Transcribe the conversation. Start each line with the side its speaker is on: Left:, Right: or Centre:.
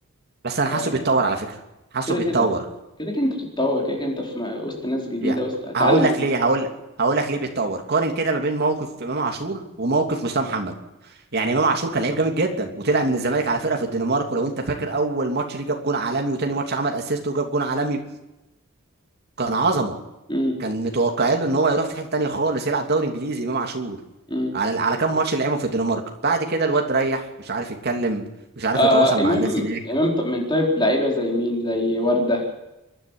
Right: بس انا
Left: آه،
Right: حاسه بيتطور على فكره حاسه
Left: كده
Right: بيتطور
Left: كده كده كده انت بتتطور كده كده انت في م- وسط ناس جديده
Right: يعني
Left: وسط اتعلم
Right: هقول
Left: منهم
Right: لك ليه هقول هقول لك ليه بيتطور قارن كده ما بين موقف امام عاشور وموقف مصطفى محمد يعني امام عاشور كان لعيب جامد جدا وطلع من الزمالك على فرقه في الدنمارك ولو انت فاكر اول ماتش ليه جاب جون عالمي وتاني ماتش عمل اسيست وجاب جون عالمي كان عظمه
Left: امم
Right: كان متوقعين له ان هو يروح في حته تانيه خالص يلعب دوري انجليزي امام عاشور
Left: امم
Right: على على كام ماتش اللي لعبهم في الدنمارك بعد كده الواد ريح مش عارف يتكلم مش عارف
Left: آه
Right: يتواصل
Left: امام
Right: مع الناس هناك
Left: امام ط- من طيب لعيبه زي مين زي ورده